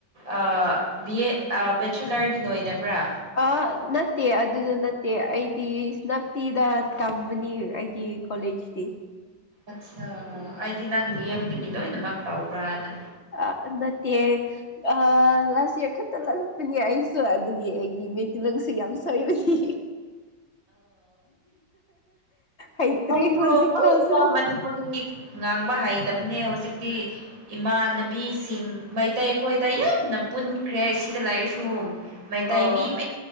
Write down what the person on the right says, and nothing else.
ꯑ ꯕꯤ ꯑꯦ ꯑ ꯕꯦꯆꯂꯔꯗꯤ ꯂꯣꯏꯗꯕ꯭ꯔꯥ
ꯑꯠꯁꯥ ꯑꯩꯗꯤ ꯅꯪ ꯗꯤ ꯌꯦꯝꯗꯒꯤ ꯂꯣꯏꯅꯃꯛ ꯇꯥꯎꯕ꯭ꯔꯥꯅ
ꯑꯣ <unintelligible> <unintelligible>
ꯉꯥꯡꯕ ꯍꯩꯇꯕꯅꯦ ꯍꯧꯖꯤꯛꯇꯤ ꯏꯃꯥꯟꯅꯕꯤꯁꯤꯡ ꯃꯩꯇꯩ ꯈꯣꯏꯗ ꯌꯥꯝꯅ ꯄꯨꯟꯈ꯭ꯔꯦ ꯁꯤꯗ ꯂꯥꯏꯔꯤꯛꯁꯨ ꯃꯩꯇꯩ
ꯃꯤ ꯃ